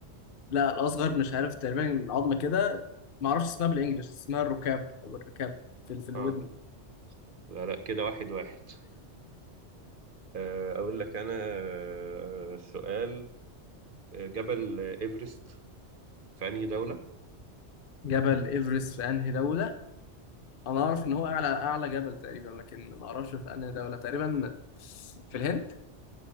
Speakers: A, on the left (about 55°); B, on the right (about 50°).
A: لا الاصغر مش عارف تقريبا عظمه كده ما اعرفش اسمها بالانجلش اسمها الركاب او الركاب في في الودن
B: اه لا لا كده واحد واحد آه، أقول لك أنا آه، سؤال آه، جبل إيفرست في أنهي دولة؟
A: جبل ايفرست في انهي دوله انا اعرف ان هو اعلى اعلى جبل تقريبا لكن ما اعرفش في انهي دوله تقريبا في الهند